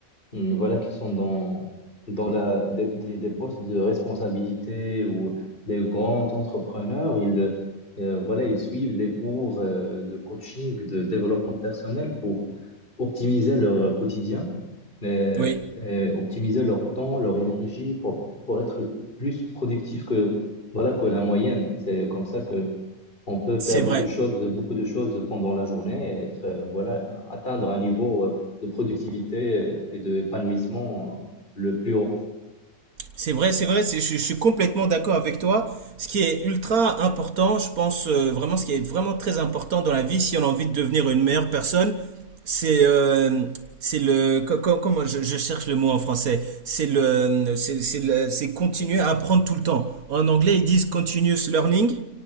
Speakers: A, on the left; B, on the right.
A: Hmm, Voilà, qui sont dans, dans la, des, des- des postes de responsabilité ou des grands entrepreneurs, ils, euh, voilà, ils suivent des cours euh, de coaching, de développement personnel pour optimiser leur quotidien, euh,
B: Oui,
A: et optimiser leur temps, leur énergie pour, pour être plus productif que, voilà, que la moyenne. C'est comme ça on peut faire
B: c'est
A: beaucoup
B: vrai.
A: de choses, beaucoup de choses pendant la journée et être, euh, voilà, atteindre un niveau euh, de productivité euh, et d'épanouissement euh, le plus haut.
B: C'est vrai, c'est vrai, c'est- je, je suis complètement d'accord avec toi. Ce qui est ultra important, je pense euh, vraiment, ce qui est vraiment très important dans la vie, si on a envie de devenir une meilleure personne, c'est euh, c'est le co- co- comment je, je cherche le mot en français, c'est le c'est c'est le- c'est continuer à apprendre tout le temps. En anglais, ils disent continuous learning.